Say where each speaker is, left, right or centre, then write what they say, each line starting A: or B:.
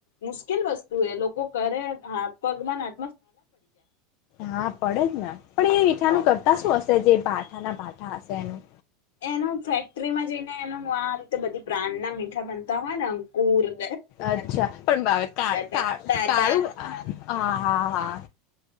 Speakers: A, on the left; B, on the left.
A: મુશ્કેલ વસ્તુ એ લોકો કરે હાથ પગમાં ના
B: હા પડે જ ને પણ એ મીઠાનું
A: તો
B: કરતા શું હશે જે પાઠાના પાઠા હશે એનું.
A: એનું ફેક્ટરીમાં જઈ ને એનું આ રીતે બધી પ્રાણ ના મીઠા બનતા હો હા નાં કુર
B: અચ્છા પણ ભવે કા
A: કયા
B: કા
A: તાતા
B: કાળું હા હા હા.